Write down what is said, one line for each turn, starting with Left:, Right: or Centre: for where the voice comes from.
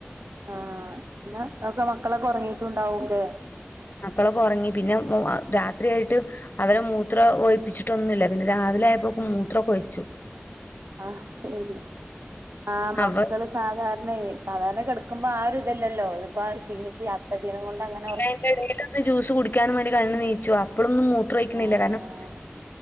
Right: ആഹ് പിന്നെ ഒക്കെ മക്കളൊക്കെ ഉറങ്ങീയിട്ടുണ്ടാവും ലെ
Left: മക്കളൊക്കെ ഉറങ്ങി പിന്നെ രാത്രിയായിട്ട് അവരെ മൂത്ര ഒഴപ്പിച്ചിട്ടൊന്നുല്ല പിന്നെ രാവിലെ ആയപ്പോ മൂത്രം കൊഴിച്ചു
Right: ആഹ് ശരി ആ മ മക്കള്
Left: അപ്പൊ
Right: സാധാരണ സാധാരണ കിടക്കുമ്പോ ആ ഒരു ഇതല്ലല്ലോ ഇതിപ്പോ ക്ഷീണിച്ച് ക്ഷീണം കൊണ്ട്ങ്ങനെ
Left: എയ്ന്റെഡേലൊന്ന് ജ്യൂസ് കുടിക്കാനൻ വേണ്ടി കണ്ണ് നീച്ചു അപ്പഴൊന്നുംമൂത്രോയ്ക്കിനില്ല
Right: ആഹ്
Left: കാരണത്